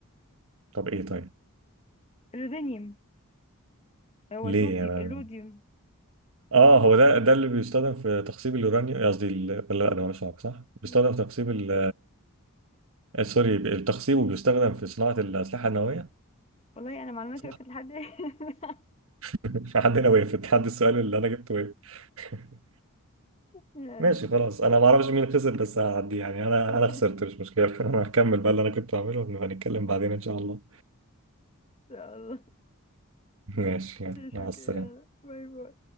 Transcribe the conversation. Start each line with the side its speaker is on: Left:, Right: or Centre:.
Right: طب ايه طيب
Left: الرودينيوم هو
Right: ليه
Left: الرودي
Right: يعني
Left: الروديوم
Right: اه هو ده ده اللي بيستخدم في تخصيب اليورانيوم آه، قصدي ال- ولا لا ده مالوش علاقه صح بيستخدم
Left: مم.
Right: في تخصيب ال- آه، سوري التخصيب وبيستخدم في صناعه الاسلحه النوويه
Left: والله انا معلوماتي
Right: صح؟
Left: وقفت لحد <laughs>
Right: <laughs> حد هنا وقف حد السؤال اللي انا جبته وقف <laughs>
Left: يعني
Right: ماشي خلاص انا ما اعرفش مين خسر بس هعدي يعني انا
Left: ان
Right: انا خسرت مش مشكله <laughs> انا هكمل بقى اللي انا كنت بعمله ونبقى نتكلم بعدين ان شاء الله
Left: شاء الله
Right: <laughs> ماشي يلا مع
Left: شكرا
Right: السلامه
Left: باي باي